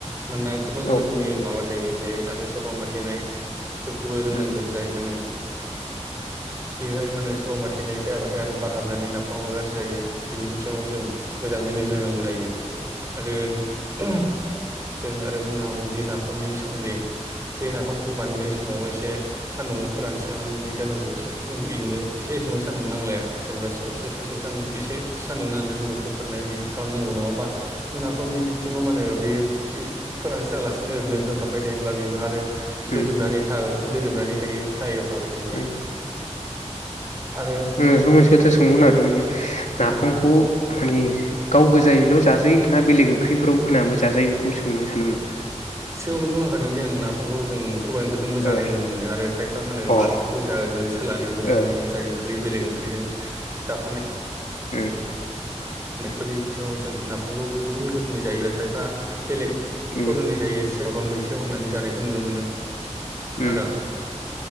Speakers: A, on the right; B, on the left.
A: मानोना गोबां
B: उम औ
A: रोखोमनि माबा थायो बेहाय आरो सफा माथेनायफोरखौबो रोंनांगोन
B: उम
A: ज म बेहाय माने सह माथिनाय जायाबाथाय आरो बार हाबनानै ना मा गाज्रि जायो बिनि बिथिङाव जों मोजाङै नोजोर होनांगौ जायो आरो जों आरो बुंनो हागौदि नाफामनि सोमोन्दै बे नाफामखौ बानायनाय समाव एसे सान्दुंआव फोरानस्रनानै दोननांगौ बिदिनो एसे एथमक सान्दुं नांलाया जेनेबा स ससे सान्दुं एसे सान्दुं होननानै उनाव बोखारनाय बिदि खालामनांगौ नङाबा नाफामनि बिथिङाव माने बे फोरोंसोयालासिनो ओरैनो दोनथाबबाय थायोब्ला बे आरो जोदोबनानै
B: उम
A: थ जोदोबनानै थायो साययाव थाबाय थायोब्ला
B: उम
A: आरो
B: नों मोनसे खोथा सोंनो नागिरदों माने नाफामखौ
A: उम
B: माने गाव गोजायैल' जाजायो ना बेलेग ओंख्रिफ्रोराव होनानै जाजायो बेखौ सोंनो सानदोंमोन आं
A: सिगांवनो बुंलांखादोंदि आं नाफामखौ जों सबाय ओंख्रिजोंबो जानाय
B: आं
A: नुनो मोनो आरो खायफा मा होनो
B: ओ
A: बाथ
B: अ
A: ओ सोललानोबो
B: औ
A: जायनायनुयो ओंख्रि बेलेग ओंख्रिजों जाफानाय
B: ओम
A: फोरनि बिथिङाव जों <unintelligible> नाफामखौ गुबुना गुबुन रोखोमनि जायो लेखाय बा बेलेग
B: उम
A: दननि जायो सोरबाबा मैथायाव होनानै जानायखौ नुनो मोनो
B: उम
A: ओ र